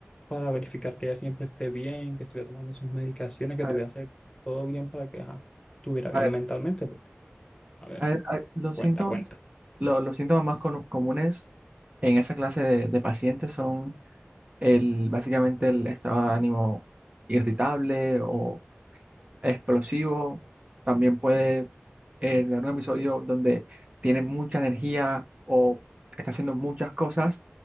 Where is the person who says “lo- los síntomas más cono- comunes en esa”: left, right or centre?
Right